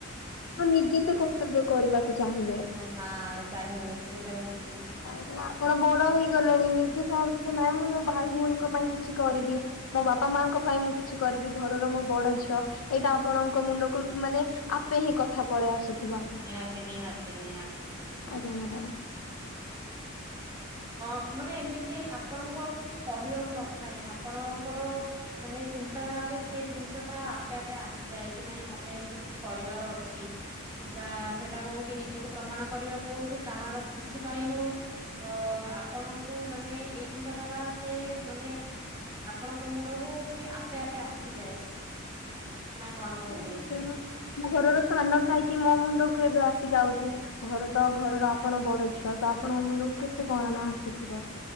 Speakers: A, on the left; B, on the right.
A: ଆପଣ ନିଜେ ତ କର୍ତ୍ତବ୍ୟ କରିବାକୁ ଚାହିଁବେ।
B: ହଁ ଚାହିଁବୁ ସେଇଟା ହଉଚି
A: କାହିଁକି ନା ଆପଣ ବଡ ହେଇଗଲେଣି। ନିଜେ ଚାହିଁବେ କି ନାଇଁ ମୁଁ ମୋ ଭାଇ ଭଉଣୀଙ୍କ ପାଇଁ କିଛି କରିବି। ମୋ ବାପା ମାଙ୍କ ପାଇଁ ମୁଁ କିଛି କରିବି। ଘରର ମୁଁ ବଡ ଝିଅ। ଏଇଟା ଆପଣଙ୍କ ମୁଣ୍ଡକୁ ମାନେ ଆପେ ହିଁ କଥା ପଳେଇ ଆସୁଥିବା
B: ନିହାତି ନିହାତି ନିହାତି।
A: ଆଜ୍ଞା ମ୍ୟାଡ଼ାମ୍।
B: ହଁ ମାନେ ଏମିତି ଆପଣଙ୍କୁ ଆଉ କେହି କହିବାକୁ ନଥାଏ। ଆପଣଙ୍କର ମାନେ ଚିନ୍ତାଧାରାରେ ସେ ଜିନିଷ ଟା ଆପେ ଆପେ ଆସିଯାଏ କି ନାଇଁ ମତେ ଏମିତି କିଛି କରିବାର ଅଛି। ଯା ସେଟା ହଉ କି ନିଜକୁ ପ୍ରମାଣ କରିବାକୁ ହଉ କି କାହାର ଖୁସି ପାଇଁ ହଉ। ତ ଆପଣଙ୍କୁ ମାନେ ଏଇ ଚିନ୍ତାଧାରା ଆସେ ମାନେ ଆପଣଙ୍କ ମୁଣ୍ଡକୁ ସିଏ ଆପେ ଆପେ ଆସିଯାଏ। ନା କଣ କହିଲେ?
A: <inaudible> ଘରର ସାନ ଥାଇକି ମୋ ମୁଣ୍ଡକୁ ଏବେ ଆସି ଯାଉଚି। ଘର ତ ଘରର ଆପଣ ବଡ ଝିଅ ତ ଆପଣଙ୍କ ମୁଣ୍ଡକୁ କେତେ କଣ ନ ଆସୁଥିବ।